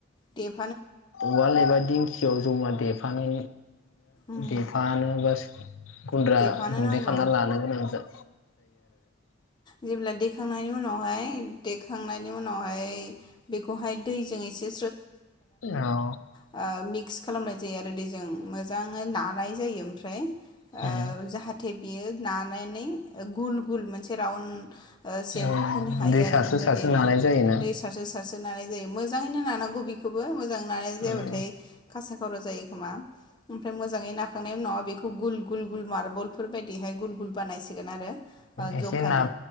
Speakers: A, on the left; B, on the left.
A: देब <inaudible>
B: उवाल एबा दिंखियाव जमा देफानो
A: उम
B: देफानो बा गुन्द्रा
A: देफानो
B: गुन्दै
A: नांगौ
B: खालामना लानो गोनां जा
A: जेब्ला देखांनायनि उनावहाय देखांनायनि उनावहाय बेखौहाय दैजों एसे
B: औ
A: <inaudible> <inaudible> खालामनाय जायो आरो दै जों मोजाङै नानाय जायो ओमफ्राय-' ओ
B: उम
A: जाहाथे बियो नानानै गुल <inaudible> मोनसे राउन। सेब
B: उम
A: होनो हायो
B: दै
A: आरो
B: सारसो
A: बेबायदि
B: सारसो
A: आरो
B: नानाय जायोना
A: दै सारसो सारसो लानाय जायो मोज मोजाङैनो नानांगौ बिखौबो मोजां नानाय जायाबाथाय
B: उम
A: खासाख सर' जायो खोमा <inaudible> ओमफ्राय मोजाङै नाखांनायनि उनावआ बेखौ गुल गुल गुल मार्बलफोर बायदिहाय गुल गुल बानायसै सिगोन आरो ओ
B: एसे
A: जखानि
B: ना